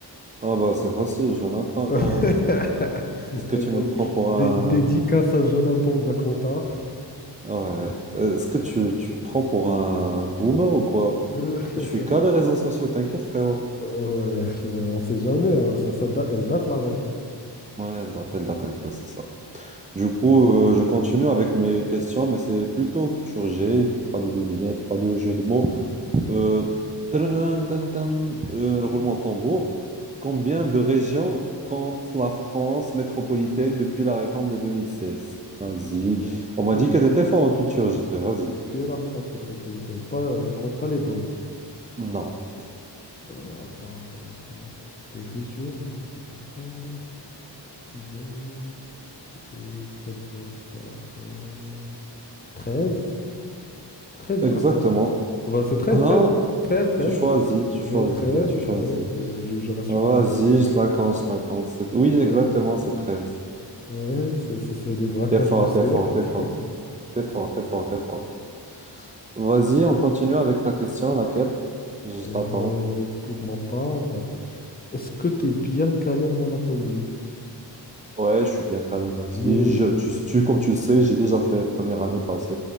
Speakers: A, on the right (about 20°); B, on the left (about 20°).
A: Ah bah c'est facile, Jonathan. hein.
B: <laughs>
A: Est-ce que
B: Euh,
A: tu me prends pour
B: dé-
A: un...
B: Dédicace à Jonathan de la Compta.
A: Ah ouais. Euh, Est-ce que tu, tu me prends pour un boomer ou quoi?
B: Euh, <laughs>
A: Je suis
B: bon,
A: qu'à les réseaux sociaux, t'inquiète, frérot.
B: euh, ouais, euh, on sait jamais, hein, ça, ça da- elle date la ref.
A: Ouais, elle date, elle date un peu, c'est ça. Du coup, euh, je continue avec mes questions, mais c'est plutôt culture G, pas de devinettes, pas de jeu de mots. Euh, tadadun, tan, tan, euh, roulement de tambour. Combien de régions compte la France métropolitaine depuis la réforme de 2016? Vas-y.
B: Je-
A: On m'a
B: Que,
A: dit que t'étais fort en culture G. Vas-y.
B: que la France métropolitaine, pas, on compte pas les DOM.
A: Non.
B: Euh, attends, ça doit faire des régions, Île-de-France, Isère, euh, ça doit faire euh, 13, 13
A: Exactement.
B: ou quatorze, Oh, bah, c'est 13,
A: Hein?
B: 13, 13, 13,
A: Tu choisis, tu
B: de
A: choisis,
B: 13,
A: tu
B: 13,
A: choisis.
B: euh, je, je reste
A: Vas-y,
B: sur 13.
A: je la compte, je la compte. C'est- Oui, exactement,
B: Ouais,
A: c'est 13.
B: ouais, c'est c'est- c'est le braquage
A: T'es fort,
B: du siècle.
A: t'es fort, t'es
B: <laughs>
A: fort. T'es fort, t'es fort, t'es fort. Vas-y, on continue avec ta question, laquelle? Je
B: Eh ben,
A: t'attends.
B: pour ma part, est-ce que tu es bien calé en anatomie?
A: Ouais, je suis bien calé, vas-y.
B: Mais
A: Je, tu, tu- comme tu le sais, j'ai déjà fait première année passes